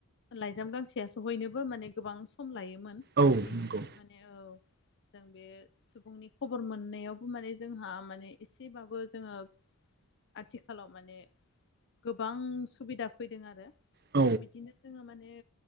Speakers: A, on the left; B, on the right.
A: लाइजाम गांसेयासो हयनोबो माने गोबां सम लायोमोन
B: औ
A: बेनिखायनो
B: नंगौ
A: माने औ जों बे सुबुंनि खबर मोननायावबो माने जोंहा माने एसेबाबो जोङो आथिखालाव माने गोबां सुबिदा फैदों आरो
B: औ
A: बिदिनो जोङो माने